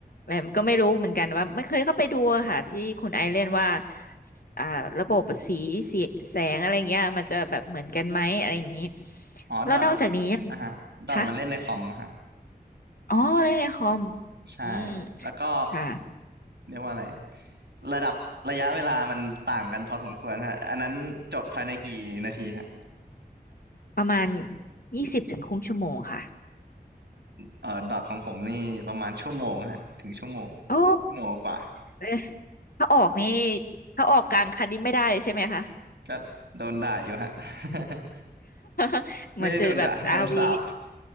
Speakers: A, on the left; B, on the right.
A: แอมก็ไม่รู้เหมือนกันว่าไม่เคยเข้าไปดูอะค่ะที่คุณไอเล่นว่าอ่าระบบสีสีแสงอะไรเงี้ยมันจะแบบเหมือนกันไหมอะไรอย่างนี้
B: อ๋อดอท
A: แล้วนอกจากนี้ยัง
B: อ่ะฮะดอทมันเล่นในคอมอะฮะ
A: คะอ๋อเล่นในคอม
B: ใช่
A: อืม
B: แล้วก็
A: ค่ะ
B: เรียกว่าอะไรระดับระยะเวลามันต่างกันพอสมควรฮะอันนั้นจบภายในกี่นาทีฮะ
A: ประมาณยี่สิบถึงครึ่งชั่วโมงค่ะ
B: เอ่อดอทของผมนี่ประมาณชั่วโมงฮะถึงชั่วโมง
A: โอ้
B: ชั่วโมงกว่า
A: เอ๊ะถ้าออกนี่ถ้าออกกลางคันนี้ไม่ได้ใช่ไหมคะ
B: <laughs> ก็โดนด่าอยู่ฮะ <laughs>
A: <laughs> เหมือนจะแบบอาร์โอวี
B: ไม่ได้โดนด่า <laughs> โดนสาป <laughs>